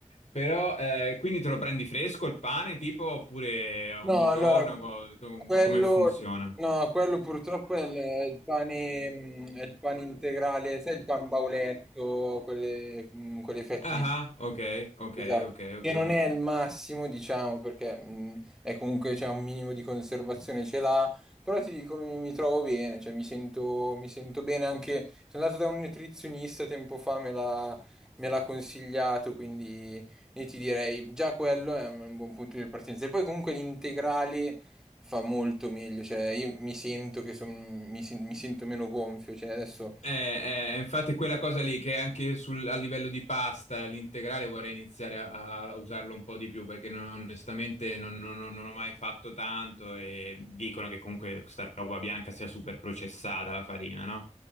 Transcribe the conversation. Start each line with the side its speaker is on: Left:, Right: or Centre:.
Left: Però eh, quindi te lo prendi fresco il pane, tipo, oppure ogni
Centre: No,
Left: giorno,
Centre: allora,
Left: co-
Centre: quello,
Left: come funziona?
Centre: no, quello purtroppo è il, è il pane, mm, è il pane integrale, sai il pan bauletto, quelle, mm, quelle fette
Left: Ah,
Centre: di...
Left: ah, ok, ok,
Centre: Esatto,
Left: ok, ok.
Centre: che non è il massimo, diciamo, perché mm, è comunque c'è un minimo di conservazione, ce l'ha, però ti dico, mi, mi trovo bene, cioè mi sento, mi sento bene anche... Sono andato da un nutrizionista tempo fa, me l'ha me l'ha consigliato, quindi... Io ti direi già quello è un buon punto di partenza. E poi comunque l'integrale fa molto meglio, cioè io mi sento che son- mi, sen- mi sento meno gonfio, cioè adesso
Left: Eh, eh, infatti quella cosa lì che anche sul- a livello di pasta, l'integrale vorrei iniziare a, a usarlo un po' di più perché non- onestamente non, non- non- non ho mai fatto tanto e dicono che comunque questa roba bianca sia super processata la farina, no?